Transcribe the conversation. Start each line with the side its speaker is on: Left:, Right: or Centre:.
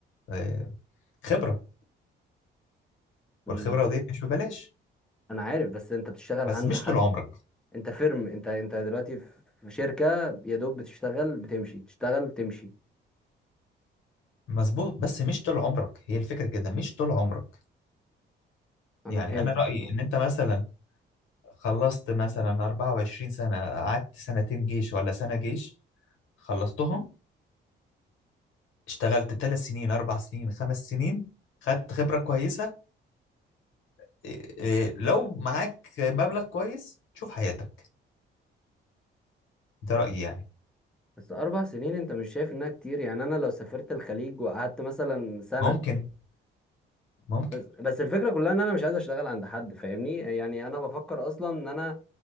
Left: آه، خبره
Centre: مم.
Left: والخبره دي مش ببلاش
Centre: انا عارف بس انت بتشتغل
Left: بس
Centre: عند
Left: مش
Centre: حد
Left: طول عمرك
Centre: انت فيرم انت انت دلوقتي في في شركة يا دوب بتشتغل بتمشي تشتغل تمشي
Left: مظبوط بس مش طول عمرك هي الفكره كده مش طول عمرك
Centre: انا
Left: يعني
Centre: فهمتك
Left: انا رايي
Centre: اه
Left: ان انت مثلا خلصت مثلا 24 سنه قعدت سنتين جيش ولا سنه جيش خلصتهم اشتغلت ثلاث سنين اربع سنين خمس سنين خدت خبره كويسه إيه- إيه، لو معاك مبلغ كويس تشوف حياتك ده رايي يعني
Centre: بس اربع سنين انت مش شايف انها كتير يعني انا لو سافرت الخليج وقعدت مثلا سنة
Left: ممكن ممكن
Centre: بس بس الفكرة كلها ان انا مش عايز اشتغل عند حد فاهمني يعني انا بفكر اصلا ان انا